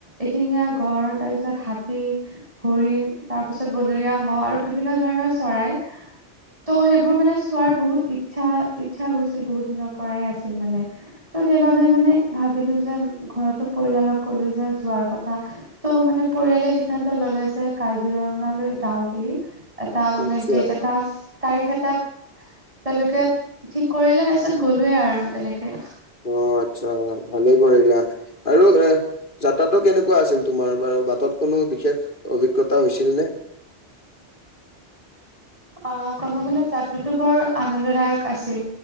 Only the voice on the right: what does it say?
এশিঙীয়া গড় তাৰপিছত হাত হৰিণ তাৰ পিছত বনৰীয়া মহ আৰু বিভিন্ন ধৰণৰ চৰাই। ত সেইবোৰ মানে চোৱাৰ বহুত ইচ্ছা ইচ্ছা গৈছিল বহুত দিনৰ পৰাই আছিল মানে। ত সেইবাবে মানে ভাবিলো যে ঘৰতো পৰিয়ালক ক'লো যে যোৱাৰ কথা। ত' মানে পৰিয়ালে সিদ্ধান্ত ল'লে যে কাজিৰঙালৈ যাওঁ বুলি এটা মানে
ডেট এটা তাৰিখ এটা তেওঁলোকে ঠিক কৰিলে তাৰপিছত গ'লোৱে আৰু তেনেকে
অ ক'ব গলে যাত্ৰাটো বৰ আনন্দদায়ক আছিল